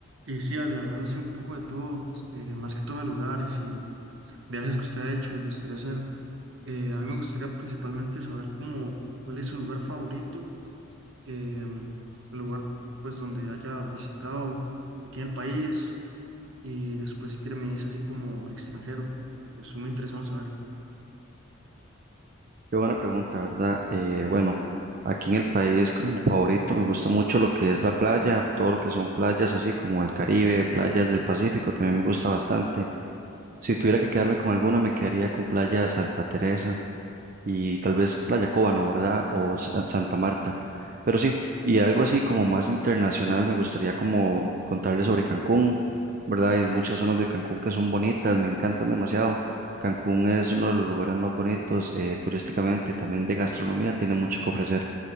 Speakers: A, on the right; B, on the right.
A: Y sí, Ale, hablando así un poco de todo, eh, más que todo de lugares y viajes que usted ha hecho, le gustaría hacer, eh, a mí me gustaría principalmente saber cómo, cuál es su lugar favorito, em, el lugar pues donde haya visitado aquí en el país y después si quiere me dice así como extranjero, estoy muy interesado en saber.
B: Qué buena pregunta, ¿verdad? Eh, bueno, aquí en el país como favorito me gusta mucho lo que es la playa, todo lo que son playas así como el Caribe, playas del Pacífico, también me gusta bastante. Si tuviera que quedarme con alguna, me quedaría con Playa Santa Teresa y tal vez Playa Cóbano, ¿verdad? O Sa- Santa Marta. Pero sí, y algo así como más internacional, me gustaría como contarles sobre Cancún, ¿verdad? Hay muchas zonas de Cancún que son bonitas, me encantan demasiado. Cancún es uno de los lugares más bonitos eh, turísticamente, también de gastronomía, tiene mucho que ofrecer.